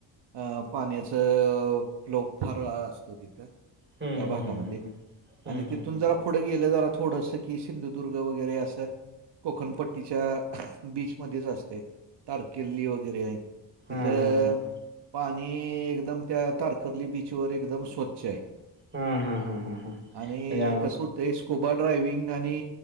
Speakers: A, on the right (about 65°); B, on the right (about 25°).
A: अ पाण्याच फ्लोप फार असतो तिथं
B: हम्म
A: त्या भागामध्ये
B: हम्म हम्म हम्म हम्म
A: आणि तिथून
B: हम्म हम्म
A: जरा पुढ गेले जरा थोडंसं कि सिंधुदुर्ग वगैर असं तर कोकणपट्टीच्या बीचमध्येच असते तारकिर्ली वगैरे आहे.
B: हा
A: तिथं
B: हा हा हा.
A: पाणी एकदम त्या तारकर्ली बीच बीच वर एकदम स्वच्छ हाय
B: हां हां हां हां हां हां म्हणजे
A: आणि
B: अंग
A: कस होतंय. स्कुबा ड्रायविंग आणि